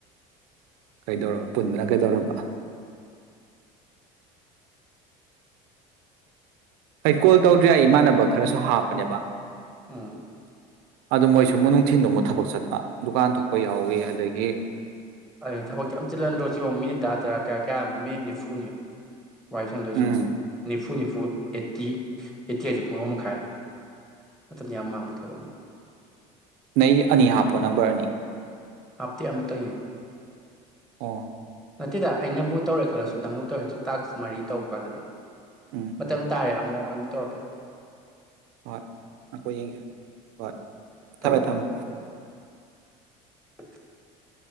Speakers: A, on the right; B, in the centre.
A: ꯀꯩꯗꯧꯔꯕ ꯄꯨꯟꯗꯅ ꯀꯩꯗꯧꯔꯕ ꯍꯣꯏ ꯀꯣꯜ ꯇꯧꯗ꯭ꯔꯤ ꯑꯩ ꯏꯃꯥꯟꯅꯕ ꯈꯔꯁꯨ ꯍꯥꯞꯄꯅꯦꯕ
B: ꯎꯝ
A: ꯑꯗꯨ ꯃꯣꯏꯁꯨ ꯅꯨꯡꯊꯤꯟꯗꯧꯃ ꯊꯕꯛ ꯆꯠꯄ ꯗꯨꯀꯥꯟ ꯊꯣꯛꯄ ꯌꯥꯎꯏꯤ ꯑꯗꯒꯤ
B: ꯎ ꯑꯗꯨ ꯊꯕꯛꯇꯤ ꯌꯥꯝ ꯆꯤꯜꯍꯟꯗ꯭ꯔꯣ ꯆꯉ ꯃꯤꯅꯤꯠ ꯇꯔꯥ ꯇꯔꯥ ꯀꯌꯥ ꯀꯌꯥ ꯃꯤ ꯅꯤꯐꯨꯅꯤ ꯋꯥꯏ ꯐ ꯂꯣꯏꯁꯤ
A: ꯎꯝ
B: ꯃ ꯅꯤꯐꯨ ꯅꯤꯐꯨ ꯑꯦꯠꯇꯤ ꯑꯦꯠꯇꯤ ꯍꯥꯏꯁꯦ ꯄꯨꯡ ꯑꯃ ꯃꯈꯥꯏ ꯃꯇꯝꯗ ꯌꯥꯝ ꯃꯥꯡꯕ ꯊꯕꯛꯅꯤꯗ
A: ꯅ ꯑꯅꯤ ꯍꯥꯞꯄꯣ ꯅꯝꯕꯔꯅꯤ
B: ꯍꯥꯞꯇꯤ ꯑꯃꯇꯪꯉꯦ
A: ꯑ
B: ꯅꯠꯇꯦꯗ ꯑꯩꯅꯕꯨ ꯇꯧꯔꯦ ꯈꯜꯂꯁꯨ ꯑ ꯅꯪꯅ ꯇꯧꯔꯦꯁꯨ ꯇꯥꯛꯁ ꯃꯔꯤ ꯇꯧꯕ ꯀꯥꯟꯗꯗꯤ
A: ꯎꯝ
B: ꯃꯇꯝ ꯇꯥꯔꯦ ꯑꯃꯨꯛ ꯑꯃꯨꯛ ꯊꯧꯔꯛꯀꯦ
A: ꯍꯣꯏ ꯑꯩꯈꯣꯏ ꯌꯦꯡꯒꯦ ꯍꯣꯏ
B: ꯇꯧꯈ꯭ꯔꯣ
A: ꯊꯝꯃꯦ ꯊꯝꯃꯦ
B: <unintelligible>